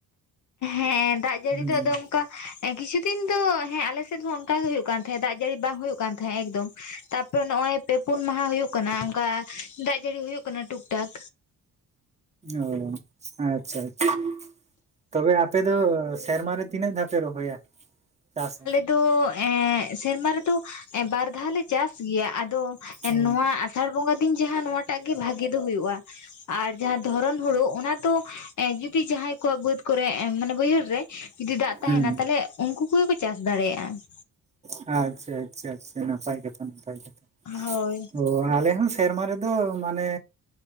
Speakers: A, on the left; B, on the right.
A: ᱦᱮᱸ, ᱫᱟᱜ ᱡᱟᱹᱲᱤ
B: ᱦᱩᱸ
A: ᱫᱚ ᱟᱫᱚ ᱚᱝᱠᱟ ᱮ ᱠᱤᱪᱷᱩ ᱫᱤᱱ ᱫᱚ ᱦᱮᱸ ᱟᱞᱮ ᱥᱮᱫ ᱦᱚᱸ ᱚᱱᱠᱟ ᱜᱮ ᱦᱩᱭᱩᱜ ᱠᱟᱱ ᱛᱟᱦᱮᱸᱜ ᱫᱟᱜ ᱡᱟᱹᱲᱤ ᱵᱟᱝ ᱦᱩᱭᱩᱜ ᱠᱟᱱ ᱛᱟᱦᱮᱸᱜ ᱮᱠᱫᱚᱢ ᱛᱟᱯᱚᱨᱮ ᱱᱚᱜᱼᱚᱭ ᱯᱮ ᱯᱩᱱ ᱢᱟᱦᱟ ᱦᱩᱭᱩᱜ ᱠᱟᱱᱟ ᱚᱱᱠᱟ ᱫᱟᱜ ᱡᱟᱹᱲᱤ ᱦᱩᱭᱩᱜ ᱠᱟᱱᱟ ᱴᱩᱠ ᱴᱟᱠ᱾
B: ᱚ ᱟᱪᱪᱷᱟ ᱟᱪᱪᱷᱟ, ᱛᱚᱵᱮ ᱟᱯᱮ ᱫᱚ ᱥᱮᱨᱢᱟ ᱨᱮ ᱛᱤᱱᱟᱹᱜ ᱫᱷᱟᱣ ᱯᱮ ᱨᱚᱦᱚᱭᱟ ᱪᱟᱥᱟ?
A: ᱛᱚ ᱮᱸᱜ ᱥᱮᱨᱢᱟ ᱨᱮᱫᱚ ᱮᱸ ᱵᱟᱨ ᱫᱷᱟᱣ ᱞᱮ ᱪᱟᱥ ᱜᱮᱭᱟ ᱟᱫᱚ ᱮᱱ
B: ᱚ
A: ᱱᱚᱣᱟ ᱟᱥᱟᱲ ᱵᱚᱸᱜᱟ ᱫᱤᱱ ᱡᱟᱦᱟᱸ ᱱᱚᱣᱟᱴᱟᱜ ᱜᱮ ᱵᱷᱟᱜᱤ ᱫᱚ ᱦᱩᱭᱩᱜᱼᱟ ᱟᱨ ᱡᱟᱦᱟᱸ ᱫᱷᱚᱨᱚᱱ ᱦᱩᱲᱩ ᱚᱱᱟ ᱛᱚ ᱮᱸ ᱡᱩᱫᱤ ᱡᱟᱦᱟᱸᱭ ᱠᱚᱣᱟᱜ ᱵᱟᱹᱫᱽ ᱠᱚᱨᱮ ᱮᱸ ᱢᱟᱱᱮ ᱵᱟᱹᱭᱦᱟᱹᱲ ᱨᱮ ᱡᱩᱫᱤ ᱫᱟᱜ ᱛᱟᱦᱮᱱᱟ
B: ᱦᱩᱸ
A: ᱛᱟᱞᱦᱮ ᱩᱱᱠᱩ ᱠᱩ ᱜᱮᱠᱚ ᱪᱟᱥ ᱫᱟᱲᱮᱭᱟᱜᱼᱟ᱾
B: ᱟᱪᱪᱷᱟ ᱟᱪᱪᱷᱟ ᱟᱪᱪᱷᱟ, ᱱᱟᱯᱟᱭ ᱠᱟᱛᱷᱟ ᱱᱟᱯᱟᱭ ᱠᱟᱛᱷᱟ
A: ᱦᱳᱭ
B: ᱚ ᱟᱞᱮ ᱦᱚᱸ ᱥᱮᱨᱢᱟ ᱨᱮᱫᱚ ᱢᱟᱱᱮ